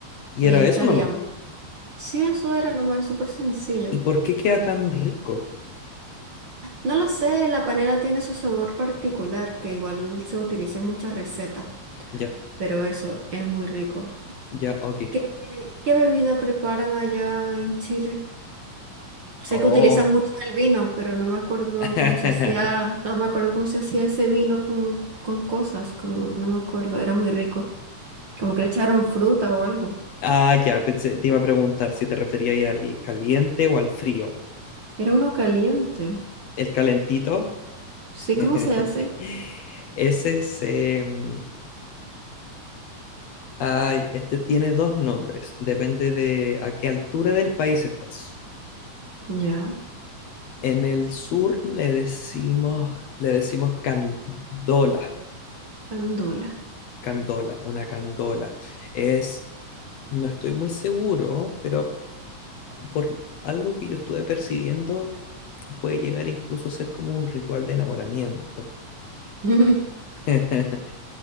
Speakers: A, on the left; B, on the right.
A: Y
B: Y
A: era
B: ahí estaríamos.
A: eso nomás.
B: Sí, eso era nomás, es súper sencillo.
A: ¿Y por qué queda tan rico?
B: No lo sé, la panela tiene su sabor particular, que igual se utiliza en muchas recetas,
A: Ya,
B: pero eso es muy rico.
A: ya, ok.
B: ¿Qué, qué bebida preparan allá en Chile? Sé
A: Oh.
B: que utilizan mucho el vino, pero no me acuerdo
A: <laughs>
B: cómo se hacía, no me acuerdo cómo se hacía ese vino con, con cosas, como no me acuerdo, era muy rico. Como que le echaron fruta o algo.
A: Ah, ya, pensé, te iba a preguntar si te refería ahí al caliente o al frío.
B: Era uno caliente.
A: ¿El calentito?
B: Sí,
A: <laughs>
B: ¿cómo se hace?
A: Ese se... mm, Ay, este tiene dos nombres. Depende de a qué altura del país estás.
B: Ya,
A: En el sur le decimos, le decimos candola,
B: candola.
A: candola, una candola. Es No estoy muy seguro, pero por algo que yo estuve percibiendo, puede llegar incluso a ser como un ritual de enamoramiento.
B: <laughs>
A: <laughs>